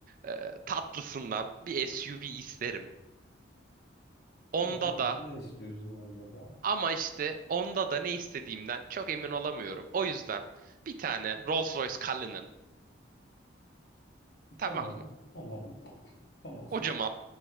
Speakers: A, on the right (about 45°); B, on the left (about 55°).
A: e, tatlısından bir SUV isterim. Onda
B: Tamam evet.
A: da
B: Ne istiyorsun onda da?
A: Ama işte onda da ne istediğimden çok emin olamıyorum. O yüzden bir tane Rolls-Royce Cullinan tamam
B: Tamam,
A: mı?
B: tamam, tamam. <laughs>
A: Kocaman.